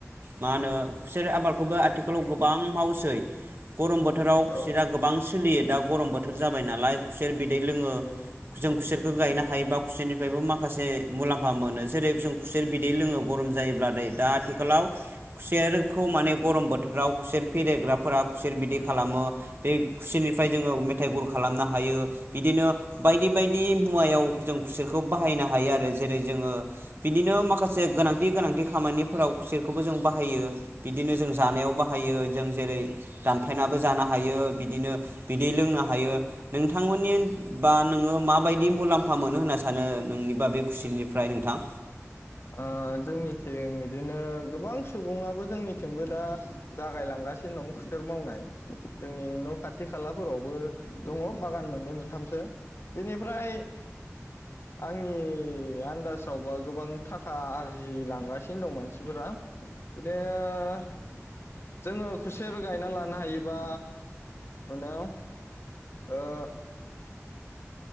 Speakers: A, on the right; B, on the left.
A: मा होनो खुसेर आबादखौबो आथिखालाव गोबां मावसै। गरम बोथोराव
B: औ
A: खुसेरा गोबां सोलियो दा गरम बोथ जाबाय नालाय खुसेर बिद लोङो
B: औ
A: जों खुसेरखौ
B: औ
A: गायनो हायोबा खुसेनि माखासे मुलामफा मोनो जेरै जों खुसेर बिदै लोङो गरम जायोब्ला दै दा आथिखालाव खुसेरखौ माने गरम बोथोराव खुसेर फेरेग्राफोरा खुसेर बिदि खालामो बे खुसेरनिफ्राय जोङो मेथाइ गुर खालामनो हायो बिदिनो बायदि बायदि मुवायाव जों खुसेरख खौ बाहायनो हायो आरो जेरै जोङो बिदिनो माखासे गोनांथि गोनांथि खामानिफोराव खुसेरखौबो जों बाहायो। बिदिनो जों जानायाव बाहायो जों जेरै दानफायनाबो जानो हायो। बिदिनो बिदै लोंनो हायो नोंथांमोननि बा नोङो माबायदि मुलाम्फा मोनो होनना सा होनो नोंनिबा बे खुसिरनिफ्राय नोंथां?
B: ओ जोंनिथिं इदिनो गोबां सुबुङाबो जोंनिथिंबो दा जागायलांगासिनो दं खुथेर मावनाय जोंनि न खाथि खालाफोरावबो दङ बागान मोननै मोनथामसो बेनिफ्राय आंनि आन्दासाव बा। गोबां थाखा आरजिलांगासिनो दं मानसिफोरा बिदिनो जोङो खुसेर गायना लानो हायोबा मानो ओ-